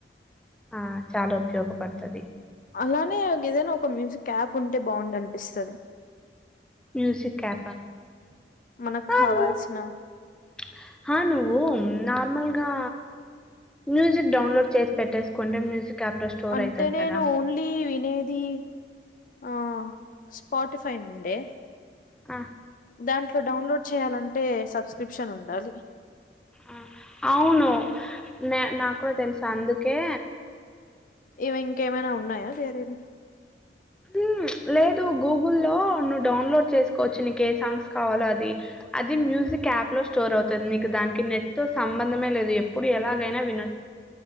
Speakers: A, in the centre; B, on the left.
A: ఆ చాలా ఉపయోగపడ్తది
B: అలానే అది గేదైనా ఒక మ్యూజిక్ యాప్ ఉంటే బాగుండు అనిపిస్తాది.
A: మ్యూజిక్ యాప్
B: మనకు
A: అవ్ను
B: కావాల్సిన
A: ఆహా నువ్వు నార్మల్ గా మ్యూజిక్ డౌన్లోడ్ చేసి పెట్టేసుకుంటే మ్యూజిక్ యాప్‌లో స్టోర్
B: అంటే
A: అయితది
B: నేను
A: కదా!
B: ఓన్లీ వినేది ఆ స్పాటిఫై నుండే
A: ఆ
B: దాంట్లో డౌన్లోడ్ చేయాలంటే సబ్స్క్రిప్షన్ ఉం డాలీ
A: ఆ అవును మే నాక్ కూడా తెలుసు అందుకే
B: ఇవి ఇంకేమైనా ఉన్నాయా వేరేవి
A: హ్మ్ లేదు గూగుల్లో నువ్వు డౌన్లోడ్ చేస్కో కోచ్ నీకే ఏ సాంగ్స్ కావాలో అది అది మ్యూజిక్ యాప్ లో స్టోర్ అవుతుంది నీకు దానికి నెట్తో సంబంధమే లేదు ఇప్పుడు ఎలాగైనా విన.